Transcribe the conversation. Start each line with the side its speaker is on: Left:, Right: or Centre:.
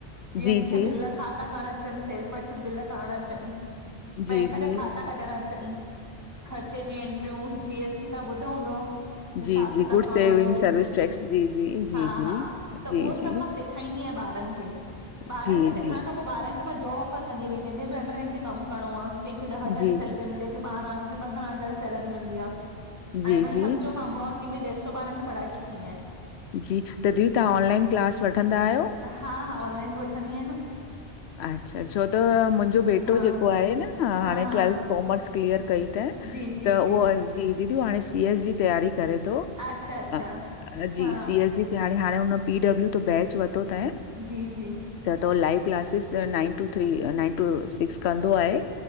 Left: जी,
Right: जीअं केंह
Left: जी,
Right: खे बिल खाता करण अचनि सेल परचेस बिल करणु अचनि।
Left: जी,
Right: बैंक
Left: जी,
Right: जा खाता कढण अचनि, खर्चे जी एंट्रियूं, जी एस टी तव्हां ॿुधो हूंदो? हिसाब
Left: जी, जी,
Right: किताब
Left: गुड सेविंग
Right: करणो हूंदो आ
Left: सर्विस
Right: बिजनेस में
Left: टैक्स जी, जी, जी,
Right: हा,
Left: जी,
Right: हा त
Left: जी,
Right: उहो
Left: जी,
Right: सभु मां सि सेखाईंदी आहियां ॿारनि खे,
Left: जी,
Right: ॿारनि खे सिखण
Left: जी,
Right: खां पो ॿारनि खे मां जोब ऑफर कंदी आहियाँ भई जंहिंजे बि अंडर रही कम करणो केंहखे ॾह हज़ार
Left: जी,
Right: सेलरी मिले कहि खे ॿारां कहिखे पंद्रह हज़ार सैलेरी मिलदी आ।
Left: जी,
Right: हाणे माँ
Left: जी,
Right: ई सम्झो मां अमरावती में ॾेढ सॊ ॿारनि खे पढ़ाए चुकी आहिंया
Left: जी, त दीदी तव्हां ऑनलाइन क्लास वठंदा आहियो?
Right: हा, हा ऑनलाइन बि वठंदी आहियां न।
Left: अच्छा छो त मुंहिंजो बेटो
Right: हा
Left: जेको आहे न हाणे
Right: हा हा
Left: ट्वैेल्थ कॉमर्स क्लिअर कई त,
Right: जी जी
Left: त उहो
Right: जी
Left: जी दीदी उहो हाणे सी एस जी तयारी करे थो
Right: अच्छा अच्छा
Left: हा, जी
Right: हा
Left: सी एस जी की हाणे हाणे हुन पी डब्ल्यू त बैच वरितो थए
Right: जी जी
Left: त तो live class six, nine two three, nine two six, कंदो आहे